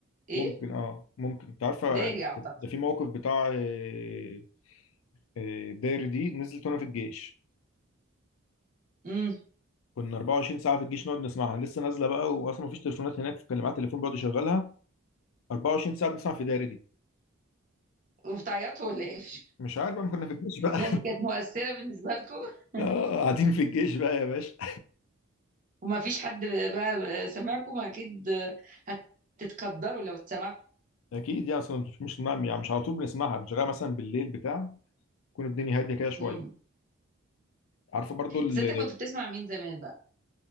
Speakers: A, on the right; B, on the left.
A: ايه
B: ممكن اه ممكن انت عارفه
A: داري اعتقد
B: ده في موقف بتاع آه، آه، داري دي نزلت وانا في الجيش
A: امم
B: كنا 24 ساعه في الجيش نقعد نسمعها لسه نازله بقى واصلا مفيش تليفونات هناك فكان معايا تليفون بقعد يشغلها 24 ساعه بنسمع في داري دي
A: وبتعيطوا ولا ايه <laughs>
B: مش عارف بقى ما كنا في الجيش بقى
A: يعني كانت مؤثرة بالنسبة لكم <laughs>
B: <laughs> اه قاعدين في الجيش بقى يا باشا
A: وما فيش حد بقى سمعكم اكيد هتتقدروا لو اتسمعتوا
B: اكيد يعني اصلا مش مش يعني مش على طول بنسمعها بنشغلها مثلا بالليل بتاع تكون الدنيا هاديه كده شويه
A: امم
B: عارفه برضو ال-
A: بس انت كنت بتسمع مين زمان بقى